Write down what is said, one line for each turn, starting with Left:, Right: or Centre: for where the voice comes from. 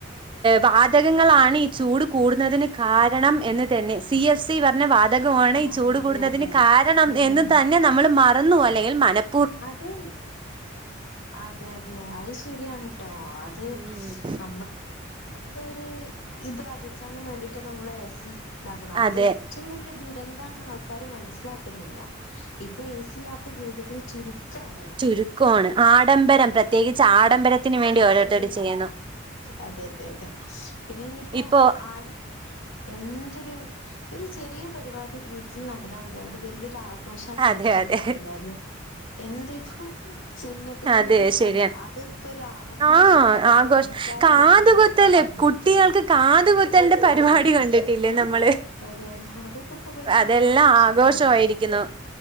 Right: വാതകങ്ങളാണീചൂട് കൂടുന്നതിന് കാരണമെന്നുതന്നെ സി. എഫ്. സി വന്ന വാതകമാണീ
Left: ആഹ് ആഹ്
Right: ചൂട്
Left: അതെ
Right: കൂടുന്നതിന്
Left: അതെ
Right: കാരണമെന്നുതന്നെ
Left: ഉം
Right: നമ്മള്, മറന്നുവല്ലെങ്കിൽ മനപ്പ
Left: അതെ, അതെയതെ അതു ശരിയാണ്. ട്ടോ, അത്‌നമ്മളപ്പ
Right: ഉം
Left: ഒരിത്അകറ്റാനും വേണ്ടിയിട്ട് നമ്മള് എ. സി ഉണ്ടാക്കണം. അത്
Right: അതെ
Left: ഏറ്റവുംവലിയ ദുരി എന്താന്ന് ആൾക്കാർ മനസ്സിലാക്കുന്നില്ല, ഇപ്പം എ. സിയില്ലാത്ത വീടുകൾ ചുരു ക്കാണ്.
Right: ചുരുക്കമാണ് ആഡംബരം പ്രത്യേകിച്ച് ആഡംബരത്തിന് വേണ്ടി ഓരോരുത്തര്
Left: ആഡംബര
Right: ചെയ്യുന്നു
Left: അതെയതെയതെ, പിന്നെയിനിയിപ്പോ
Right: ഇപ്പോ
Left: ലാൺഎന്തൊരു ഒരു ചെറിയപരിപാടി വീട്ടിൽ നടന്നാൽ മതി അതുവലിയൊരാ ഘോഷാക്കി
Right: അതെ
Left: എടുത്തില്ലേ
Right: അതെ
Left: പിള്ളാരും, എന്തുചെയ്യും എന്നിട്ട് കല്യാണംവന്നു
Right: അതെ ശരിയാ
Left: അതിപ്പോ ഒരു ആഘോഷമാണ്,.
Right: ആഹ്
Left: വല്യ
Right: ആഘോഷ
Left: ആൾക്കാര്‌
Right: കാതുകുത്തല്
Left: വിളിച്ചിട്ടുള്ള യൊരു പരിപാടി.
Right: കുട്ടികൾക്ക് കാതുകുത്തലിന്റെ പരിപാടി
Left: അതെ
Right: കണ്ടിട്ടില്ലേ നമ്മള്.
Left: അതെ അതെ അതൊക്കെ ഇപ്പൊ വലിയ
Right: അതെല്ലാമാഘോഷമായിരിക്കുന്നു.
Left: ആഘോഷാണ്